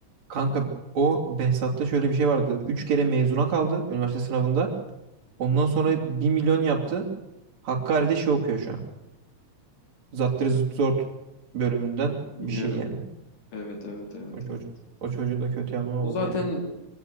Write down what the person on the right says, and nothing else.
Kanka o Behzat'ta şöyle bir şey vardı. Üç kere mezuna kaldı üniversite sınavında. Ondan sonra bir milyon yaptı. Hakkari'de şey okuyor şu an. Zattır Zıtt Zort bölümünden
bir şey yani.
O çocuk.
O çocuğun da kötü yanı
oldu
yani. <laughs>